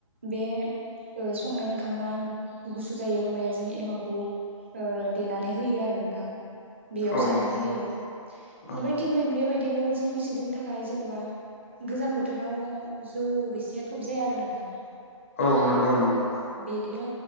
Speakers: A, on the right; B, on the left.
A: बे ओ संनाय ओंखा ओंखामा गुसु जायो होमबाना जों एमावखौ ओ देनानै होयो आरो नोंथां । बेयाव
B: औ
A: सारनानै
B: नंगौ
A: होयो
B: औ
A: ओमफाय थिग बेबायदिनो जौ गिसि <unintelligible> थाखाय जेनेबा गोजां बोथोराव जौ रोसिया थब जाया आरो नोंथां ।
B: औ नोंगौ नोंगौ ।
A: बिदिनो